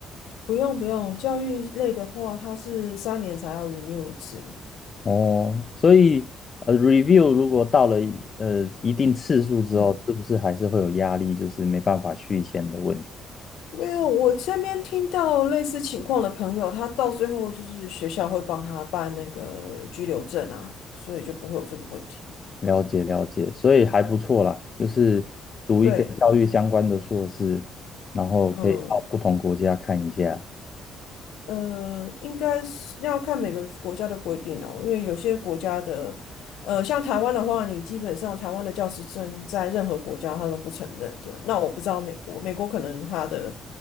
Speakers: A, on the left (about 80°); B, on the left (about 40°).
A: 不用不用，教育类的话，它是三年才要 renew 一次。
B: 哦，所以呃，review 如果到了一呃一定次数之后，
A: 嗯，
B: 是不是还是会有压力，就是没办法续签的问题？
A: 没有，我身边听到类似情况的朋友，他到最后就是学校会帮他办那个居留证啊，所以就不会有这个问题。
B: 了解了解，所以还不错啦，就是读一个教育相关的硕士，
A: 对，
B: 然后可以到不同国家看一下。
A: 嗯。呃，应该是那要看每个国家的规定哦，因为有些国家的，呃，像台湾的话，你基本上台湾的教师证在任何国家他都不承认的。那我不知道美国，美国可能他的